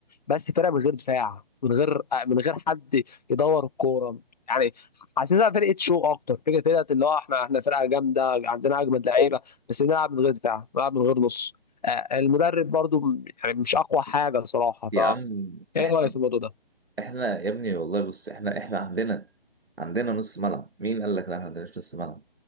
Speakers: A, on the left; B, on the right.
A: بس فرقه من غير دفاع من غير آه، من غير حد يدور الكوره يعني حاسسها فرقه شو اكتر فكره فرقه اللي هو احنا احنا فرقه جامده عندنا اجمد لعيبه بس بنلعب من غير دفاع بنلعب من غير نص آه، المدرب برضو م- يعني مش اقوى حاجه صراحه ف
B: يا عم
A: ايه
B: احنا
A: رايك في الموضوع ده؟
B: احنا يا ابني والله بص احنا احنا عندنا عندنا نص ملعب مين قال لك لا ما عندناش نص ملعب